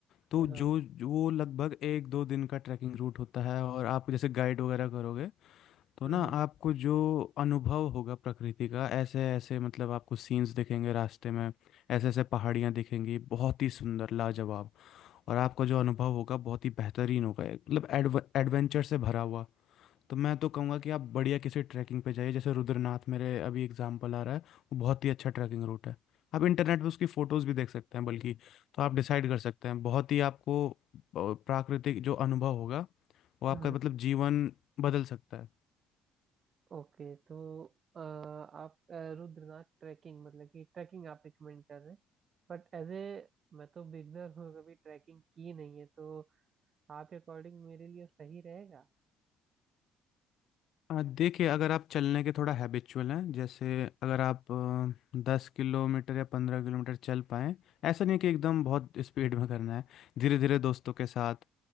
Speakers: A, on the left; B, on the right.
A: तो
B: हाँ
A: जो
B: हाँ
A: जो वो लगभग एक दो दिन का ट्रैकिंग रूट होता है और आप जैसे गाइड वगैरह करोगे तो
B: हम्म,
A: ना आपको जो अनुभव होगा प्रकृति का ऐसे ऐसे मतलब आपको सीन्स दिखेंगे रास्ते में ऐसे ऐसे पहाड़ियाँ दिखेंगी बहुत ही सुंदर लाजवाब और आपका जो अनुभव होगा बहुत ही बेहतरीन होगा एक, मतलब एडवेंचर से भरा हुआ तो मैं तो कहूँगा कि आप बढ़िया किसी ट्रैकिंग पे जाइए जैसे रुद्रनाथ मेरे अभी एग्जाम्पल आ रहा है वो बहुत ही अच्छा ट्रैकिंग रूट है आप इंटरनेट पे उसकी फ़ोटोज़ भी देख सकते हैं बल्कि तो आप डिसाइड कर सकते हैं बहुत ही आपको अ, प्राकृतिक जो अनुभव होगा वो आपका
B: हम्म,
A: मतलब जीवन बदल सकता है
B: ओके तो अ, आप अ, रुद्रनाथ ट्रैकिंग मतलब कि ट्रैकिंग आप रिकमेंड कर रहे हैं बट एज ए मैं तो बिगनर हूँ कभी ट्रैकिंग की नहीं है तो आपके अकॉर्डिंग मेरे लिए सही रहेगा
A: अ, देखिए अगर आप चलने के थोड़ा हैबिचुअल हैं जैसे अगर आप दस किलोमीटर या पंद्रह किलोमीटर चल पाएं ऐसा नहीं है कि एकदम बहुत स्पीड में करना है धीरे धीरे दोस्तों के साथ